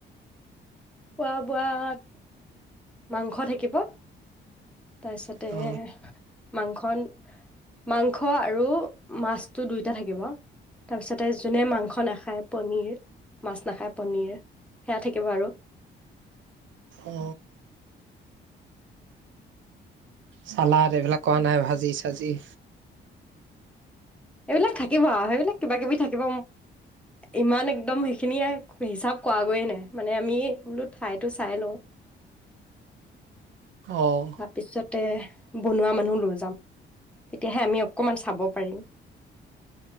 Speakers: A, in the centre; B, on the right (about 70°).
A: খোৱা বোৱাত মাংস থাকিব তাৰপিছতে
B: অ
A: মাংস মাংস আৰু মাছটো দুইটা থাকিব তাৰপিছতে যোনে মাংস নাখায় পনীৰ মাছ নাখায় পনীৰ সেয়া থাকিব আৰু।
B: অ চালাড এইবিলাক কৰা নাই ভাজি চাজি?
A: এইবিলাক থাকিব আৰু সেইবিলাক কিবা কিবি থাকিব ইমান একদম সেইখিনিয়ে হিচাপ কৰাগৈয়ে নাই মানে আমি বোলো ঠাইতো চাই লওঁ,
B: অ
A: তাৰপিছতে বনোৱা মানুহ লৈ যাম তেতিয়াহে আমি অকমান চাব পাৰিম।